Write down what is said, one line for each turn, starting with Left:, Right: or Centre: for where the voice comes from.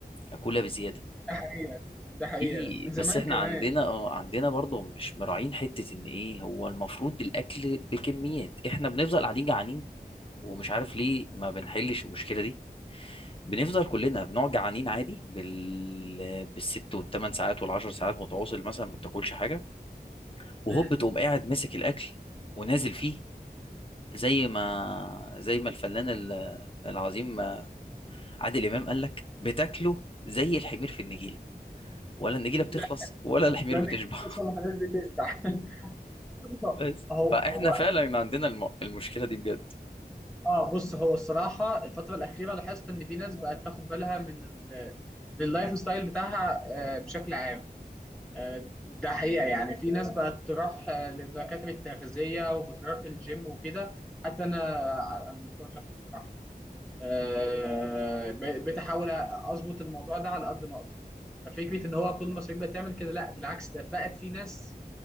Left: اكوله بزياده
Centre: ده حقيقه ده حقيقه
Left: في
Centre: من زمان
Left: بس احنا
Centre: كمان
Left: عندنا اه عندنا برضو مش مراعين حته ان ايه هو المفروض الاكل بكميات احنا بنفضل قاعدين جعانين ومش عارف ليه ما بنحلش المشكله دي بنفضل كلنا بنقعد جعانين عادي بال بالست والثمان ساعات والعشر ساعات متواصل مثلا ما بتاكلش حاجه وهوب
Centre: مم.
Left: تقوم قاعد ماسك الاكل ونازل فيه زي ما زي ما الفنان ال- العظيم عادل امام قال لك بتاكله زي الحمير في النجيله ولا النجيله
Centre: لا
Left: بتخلص ولا الحمير
Centre: لان
Left: بتشبع
Centre: كنت بصل الحاجات بتشبع <laughs> بص،
Left: <laughs> بس
Centre: هو
Left: فاحنا
Centre: هو
Left: فعلا عندنا الم... المشكله دي بجد
Centre: اه بص هو الصراحه الفتره الاخيره لاحظت ان في ناس بقت تاخد بالها من ال- من اللايف ستايل بتاعها آه، بشكل عام آه، ده حقيقه يعني في ناس بقت تروح آه، لدكاتره التغذيه وبتروح الجيم وكده حتى انا على المستوى الشخصي الصراحه آه، ب- بتحاول اظبط الموضوع ده على قد ما اقدر ففكره ان هو كل المصريين بتعمل كده لا بالعكس ده بقت في ناس